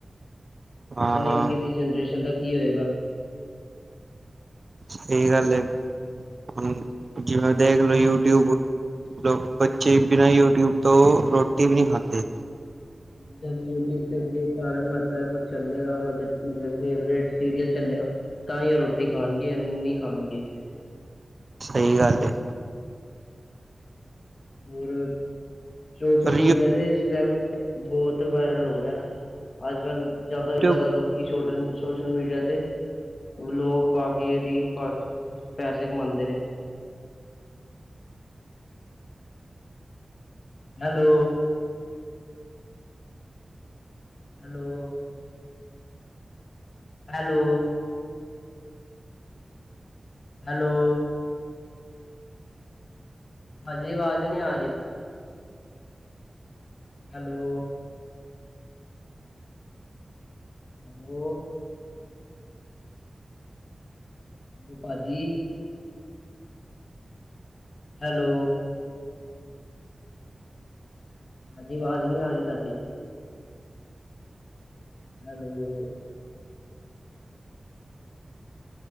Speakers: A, on the right; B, on the left.
A: ਹਾਂ
B: ਪਤਾ ਨੀ ਅੱਗੇ ਦੀ ਜਨਰੇਸ਼ਨ ਦਾ ਕੀ ਹੋਏਗਾ।
A: ਸਹੀ ਗੱਲ ਐ ਹੁਣ ਜਿਵੇਂ ਦੇਖਲੋ
B: ਹੁਣ
A: ਯੂਟਿਊਬ ਲੋਕ ਬੱਚੇ
B: ਹੂੰ।
A: ਬਿਨਾ ਯੂਟਿਊਬ ਤੋਂ ਰੋਟੀ ਵੀ ਨੀ ਖਾਂਦੇ।
B: ਜਦ ਯੂਟਿਊਬ ਚ <unintelligible> ਕੋ ਚੱਲੇਗਾ ਉਹਨਾਂ ਫੇਵਰੇਟ ਸੀਰੀਅਲ ਚੱਲ ਤਾਂ ਏ ਉਹ ਰੋਟੀ ਖਾਣਗੇ ਐਨੀ ਖਾਣਗੇ।
A: ਸਹੀ ਗੱਲ ਏ।
B: ਹੋਰ ਸੋਸ਼ਲ
A: ਪਰ
B: ਮੀਡੀਆ ਤੇ ਟਾਈਮ ਬਹੁਤ ਵਾਇਰਲ ਹੋ ਗਿਆ ਅੱਜ ਕੱਲ੍ਹ ਜਿਆਦਾ
A: ਯੂਟਿਊਬ
B: ਤੋਂ ਜਿਆਦਾ ਲੋਕੀ ਛੋਟ ਸੋਸ਼ਲ ਮੀਡੀਆ ਤੇ ਵਲੋਗ ਪਾ ਕੇ ਰੀਲ ਪਾ ਕੇ ਪੈਸੇ ਕਮਾਂਦੇ ਨੇ। <inaudible> ਹੈਲੋ ਹੈਲੋ ਹੈਲੋ ਹੈਲੋ ਹਾਜੀ ਆਵਾਜ਼ ਨੀ ਆ ਰੀ ਹੈਲੋ ਹੈਲੋਂ ਬ ਭਾਜੀ ਹੈਲੋ ਹਾਂਜੀ ਆਵਾਜ਼ ਨੀ ਆ ਰੀ ਤਾਡੀ ਹੈਲੋ